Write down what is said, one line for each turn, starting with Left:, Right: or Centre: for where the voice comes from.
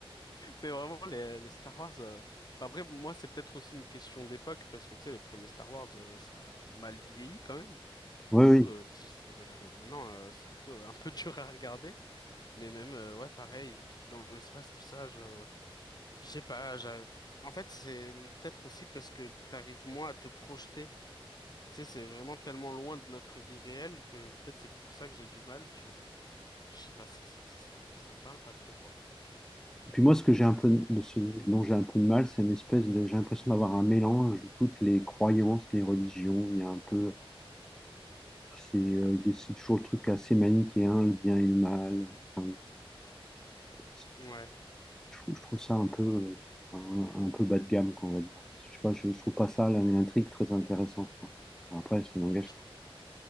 Left: Mais vraiment, les, les Star Wars. euh, bah Après, moi, c'est peut-être aussi une question d'époque, parce que tu sais, les premiers Star Wars, euh, ça a mal vieilli quand même.
Centre: Oui,
Left: Du
Centre: oui.
Left: coup, euh, si j'essaie de regarder maintenant, euh, c'est un peu, un peu <laughs> dur à regarder. Mais même, euh, ouais, pareil, des trucs dans l'espace, tout ça, je, je sais pas. j'a- En fait, c'est peut-être aussi parce que t'arrives moins à te projeter. Tu sais, c'est vraiment tellement loin de notre vie réelle que peut-être c'est pour ça que j'ai du mal. Je, je sais pas, ça, ça, ça, ça me parle pas trop, quoi.
Centre: Et puis moi, ce que j'ai un peu de ce dont j'ai un peu de mal, c'est une espèce de, j'ai l'impression d'avoir un mélange de toutes les croyances, les religions. Il y a un peu C'est euh, c'est toujours le truc assez manichéen, le bien et le mal. Enfin, je,
Left: Ouais,
Centre: je trouve ça un peu, euh, un, un peu bas de gamme, quoi, on va dire. Je sais pas, je, je trouve pas ça l'in- l'intrigue très intéressante, quoi. Après, ça n'engage
Left: je
Centre: pas.